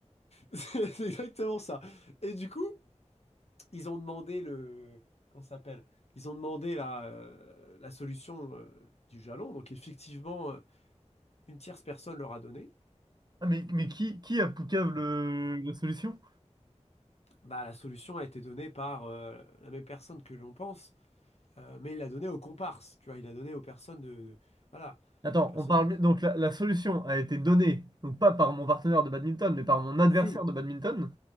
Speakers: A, on the left; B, on the right.
A: C'est c'est exactement ça. Et du coup, ils ont demandé le... Comment ça s'appelle? Ils ont demandé la, euh, la solution euh, du jalon. Donc effectivement, euh, une tierce personne leur a donné.
B: Ah, mais, mais qui, qui a Poucave le, la solution?
A: Bah, la solution a été donnée par euh, la même personne que l'on pense, euh, mais il l'a donnée aux comparses. Tu vois, il l'a donnée aux personnes de... de- voilà.
B: Attends,
A: Personnes
B: on parle
A: qui...
B: donc la, la solution a été donnée, donc pas par mon partenaire de badminton, mais par mon adversaire
A: Si,
B: de badminton.